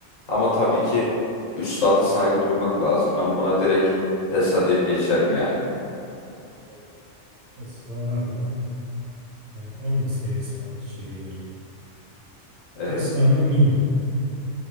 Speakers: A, on the left (about 80°); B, on the right (about 85°).
A: Ama tabii ki üstada saygı duymak lazım. Ben buna direkt Tesla deyip geçerim yani.
B: Evet, doğru. Tesla harbiden. Yani onun da seviyesi farklı Chery'e göre.
A: Evet.
B: Tesla mı Mini mi?